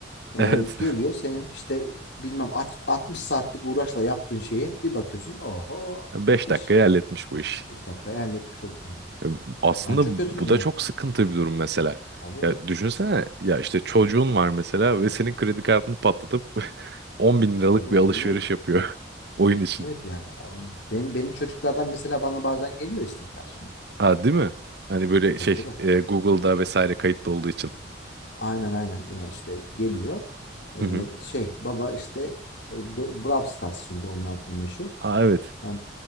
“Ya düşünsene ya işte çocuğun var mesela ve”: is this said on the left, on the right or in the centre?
Right